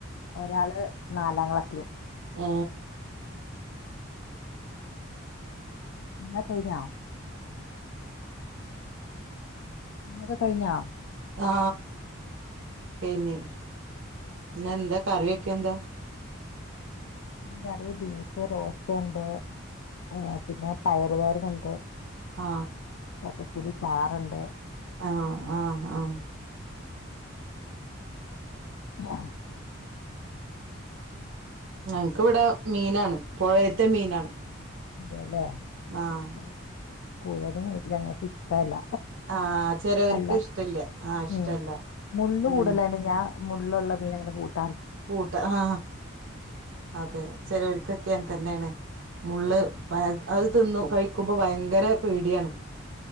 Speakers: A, on the left; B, on the right.
A: ഒരാള് നാലാം ക്ലാസ്സിലും
B: ഓ
A: എന്ന കഴിഞ്ഞോ ങ്ങത് കഴഞ്ഞാ
B: ആ എനി ഇന്ന് എന്താ കറിവെ ക്യാ എന്താ
A: കറി ബീഫ് റോസ്റ്റ് ഉണ്ട് ആ പിന്നെ പയറു തോരൻ ഉണ്ട്
B: ആ
A: ചക്കക്കുരു ചാറുണ്ട്
B: ആ ആ ആ
A: ആ
B: ഞങ്ങക്ക് ഇവിടെ മീനാണ് പുഴയത്തെ മീനാണ്.
A: അതെല്ലേ
B: ആഹ്
A: ആ പുഴമീൻ ഞങ്ങൾക്ക് ഇഷ്ടമല്ല.
B: ആഹ് ചെലോർക്ക്
A: അല്ല
B: ഇഷ്ടല്ല ആഹ് ഇഷ്ടല്ല
A: ഉം മുള്ള്
B: ഉം
A: കൂടലണ്ട് ഞാൻ മുള്ളൂള മീൻ അങ്ങനെ കൂട്ട
B: പൂട്ട് ആ അതെ ചിലരൊക്കെക്കെ എന്തെല്ലാനു മുള്ള് പാ അത് തിന്നു കഴിക്കുമ്പോ ഭയങ്കര പേടിയാണ്.